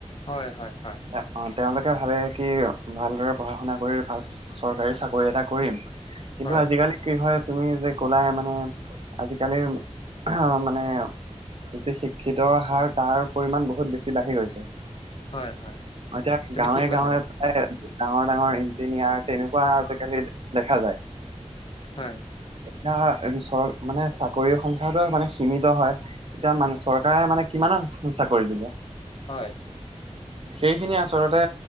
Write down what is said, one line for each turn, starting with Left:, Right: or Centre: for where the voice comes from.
Left: হয় -হয় -হয়।
Right: তে- অ তেওঁলোকে ভাবে কি ভালদৰে পঢ়া শুনা কৰি ভাল চৰকাৰী চাকৰি এটা কৰিম কিন্তু
Left: হয়
Right: আজিকালি কি হয় তুমি যে কলাই মানে আজিকালি মানে যি শিক্ষিত হাৰ তাৰ পৰিমান বহুত বেছি বাঢ়ি গৈছে এতিয়া
Left: হয় হয় তুমি
Right: গাঁৱে
Left: ঠিক
Right: -গাঁৱে
Left: কথা কৈছা
Right: প্ৰায় ডাঙৰ- ডাঙৰ ইঞ্জিনিয়াৰ তেনেকুৱা আজিকালি দেখা যায়
Left: হয়।
Right: এয়া চৰ মানে চাকৰি সংখ্যাটো মানে সীমিত হয় এতিয়া মানে চৰকাৰে মানে কিমান চাকৰি দিব
Left: হয়
Right: সেইখিনি আচলতে